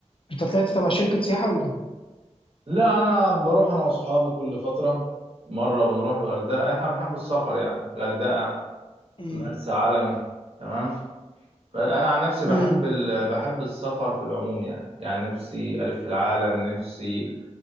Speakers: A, on the left (about 45°); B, on the right (about 55°).
A: انت طلعت تبع شركة سياحة ولا ايه؟
B: لا انا بروح انا واصحابي كل فتره مره بنروح الغردقه احنا بنحب السفر يعني غردقه
A: امم
B: مرسى علم تمام انا عن نفسي بحب
A: امم
B: ال... بحب السفر في العموم يعني يعني نفسي الف العالم نفسي